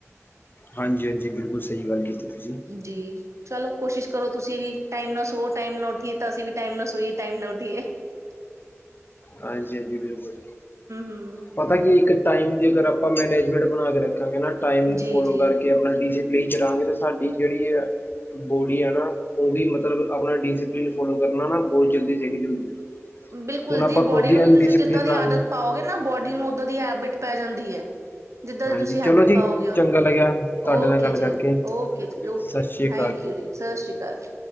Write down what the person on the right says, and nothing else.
ਜੀ। ਚਲੋ ਕੋਸ਼ਿਸ਼ ਕਰੋ। ਤੁਸੀਂ ਵੀ ਟਾਈਮ ਨਾਲ ਸੋੋ ਟਾਈਮ ਨਾ ਉੱਠੀਏ ਤਾਂ ਅਸੀਂ ਵੀ ਟਾਈਮ ਨਾ ਸੋਈਏ ਟਾਈਮ ਉਠੀਏ। - <unintelligible>
ਹਮ
ਜੀ
ਜੀ
ਬਿਲਕੁਲ
ਜੀ, ਬੋਡੀ
ਨੂੰ
ਤੁਸੀਂ ਜਿੱਦਾਂ ਦੀ
ਆਦਤ ਪਾਓਗੇ ਨਾ ਬੋਡੀ ਨੂੰ ਓਦਾਂ ਦੀ ਹੈਬਿਟ ਪੈ ਜਾਂਦੀ ਹੈ। ਜਿੱਦਾਂ ਦੀ
ਤੁਸੀਂ ਹੈਬਿਟ
ਪਾਓਗੇ।
ਉਹਨੂੰ
ਓਕੇ
ਜੀ
okay ਓਕੇ ਜੀ ਓਕੇ
thank
you ਜੀ। ਸਤਿ ਸ਼੍ਰੀ ਅਕਾਲ ਜੀ।